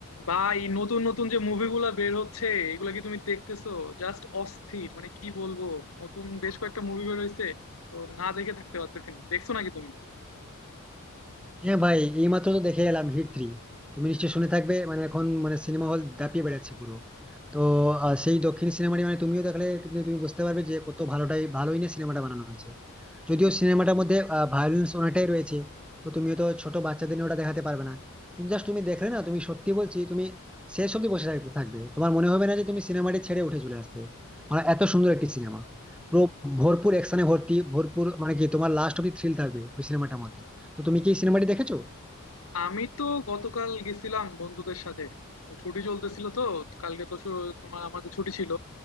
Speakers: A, on the left; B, in the centre.
A: বা এই নতুন নতুন যে মুভিগুলা বের হচ্ছে এগুলা কি তুমি দেখতেছো জাস্ট অস্থির মানে কি বলবো নতুন বেশ কয়েকটা মুভি বের হয়েছে তো না দেখে থাকতে পারতেছি না দেখছো নাকি তুমি
B: হ্যাঁ ভাই এইমাত্র তো দেখে এলাম হিট থ্রি তুমি নিশ্চয়ই শুনে থাকবে মানে এখন মানে সিনেমা হল দাপিয়ে বেড়াচ্ছে পুরো তো আহ, সেই দক্ষিণ সিনেমাটি মানে তুমিও দেখলে কিন্তু তুমি বুঝতে পারবে যে কত ভালোটাই ভালোই না সিনেমাটা বানানো হয়েছে যদিও সিনেমাটার মধ্যে ভায়োলেন্স অনেকটাই রয়েছে তো তুমি তো ছোট বাচ্চাদের নিয়ে ওটা দেখাতে পারবে না কিন্তু জাস্ট তুমি দেখলে না তুমি সত্যি বলছি তুমি শেষ অব্দি বসে থাকতে থাকবে তোমার মনে হবে না যে তুমি সিনেমাটি ছেড়ে উঠে চলে আসতে মানে এত সুন্দর একটি সিনেমা পুরো ভরপুর অ্যাকশনে ভর্তি ভরপুর মানে কি তোমার লাস্ট অব্দি থ্রিল থাকবে ওই সিনেমাটার মধ্যে তো তুমি কি সিনেমাটি দেখেছো
A: আমি তো গতকাল গেছিলাম বন্ধুদের সাথে ছুটি চলতেছিল তো কালকে তো শু- তোমার আমাদের ছুটি ছিল